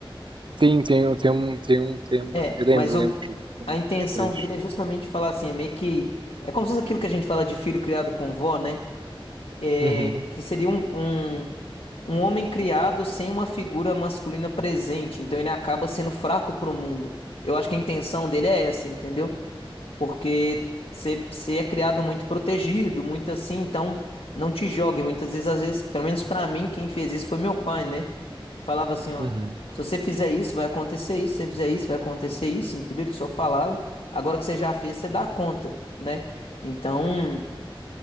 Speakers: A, on the right; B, on the left.
A: Tem, tem, tem um, tem um tema.
B: É,
A: Eu lembro,
B: mas o
A: lembro que tem
B: a intenção
A: um trecho.
B: dele é justamente falar assim, é meio que. É como se fosse aquilo que a gente fala de filho criado com vó, né? é,
A: Uhum,
B: que seria um, um, um homem criado sem uma figura masculina presente. Então ele acaba sendo fraco pro mundo. Eu acho que a intenção dele é essa, entendeu? Porque você você é criado muito protegido, muito assim, então não te jogue. Muitas vezes, às vezes, pelo menos pra mim, quem fez isso foi meu pai, né? Falava assim, ó,
A: uhum,
B: se você fizer isso, vai acontecer isso, se você fizer isso, vai acontecer isso, entendeu? Ele só falava, agora que você já fez, você dá conta, né? Então,